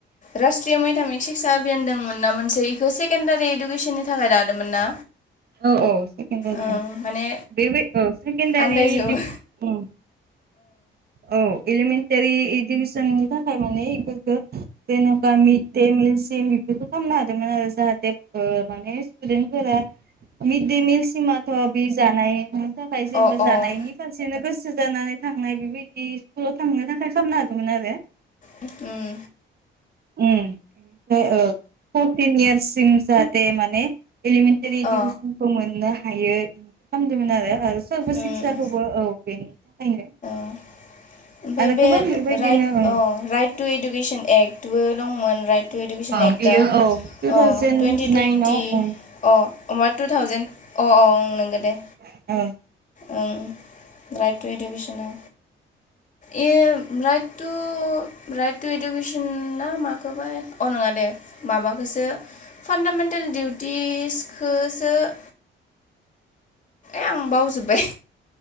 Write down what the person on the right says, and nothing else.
औ-औ सेकेन्दारि
बे बो औ सेकेन्दारि
उम औ एलिमेन्टारि इडुकेसननि थाखाय माने बेफोरखौ जेनेबा मिटे बेफोरखौ खालामनो हादोंमोन आरो जाहाथे माने स्टुदेन्ट फोरा मिड दे मिलसिमाथ' बे जानायनि थाखाय जेनेबा
जानायनि फारसेनो गोसो जानानै थांनाय बेबायदि स्कुलाव थांनो थाखाय खालामना होदोंमोन आरो।
उम ओमफ्राय ओ फरटिन इयारसिम जाहाथे माने एलिमेन्टारि
इडुकेसनखौ
मोननो हायो खालामदोंमोन आरो सोर्ब
सिक्साखौबो औ बेनि थाखायनो
आरो
गोबां बेबायदिनो
ओं
बियो
औ टु थावजेेन
नाइनाव ओं
ओं